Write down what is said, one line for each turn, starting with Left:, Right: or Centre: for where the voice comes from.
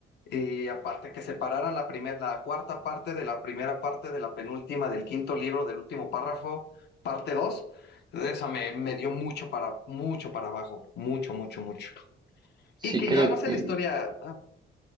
Left: Y aparte que separaran la primer, la cuarta parte de la primera parte de la penúltima del quinto libro, del último párrafo, parte dos esa me, me dio mucho para, mucho para abajo, mucho, mucho, mucho.
Right: sí,
Left: Y que
Right: creo
Left: ya no sé
Right: que...
Left: la historia, ah,